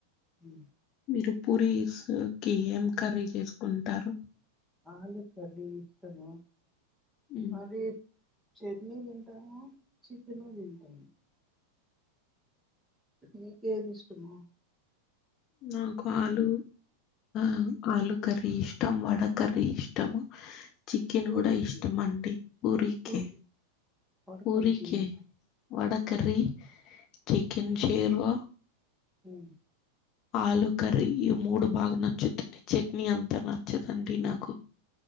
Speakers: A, in the centre; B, on the left.
A: ఉమ్.
B: మీరు పూరిస్ లొకి ఏం కర్రీ చేసుకుంటారు
A: ఆలు కర్రి ఇష్టము
B: ఉమ్,
A: మరి చెట్నీ తింటాము చికెను తింటాము మీకేదిష్టము
B: నాక్ ఆలు ఉమ్ ఆలుూ కర్రి ఇష్టం వడ కర్రి ఇష్టము చికెన్
A: పూరీకి
B: కూడా ఇష్టం అండి పూరికే
A: పూరి వడకరి
B: ఊరికే
A: తిన్నారా
B: వడ కర్రి చికెన్ షేర్వా
A: ఉ
B: ఆలు కర్రీ ఈ మూడు బాగా నచ్చుతుంది చట్నీ అంత నచ్చదండి నాకు